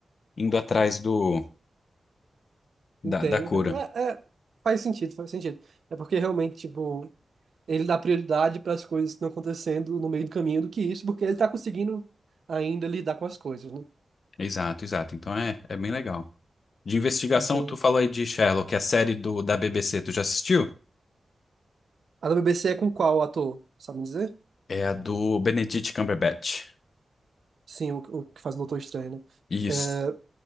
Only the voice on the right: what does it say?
Entendo,
entendo. É, é, faz sentido, faz sentido. É porque realmente, tipo, ele dá prioridade para as coisas que estão acontecendo no meio do caminho do que isso, porque ele está conseguindo ainda lidar com as coisas, né?
Entende?
A da BBC é com qual ator? Sabe me dizer?
Sim, o, o que faz o Doutor Estranho, né?
É,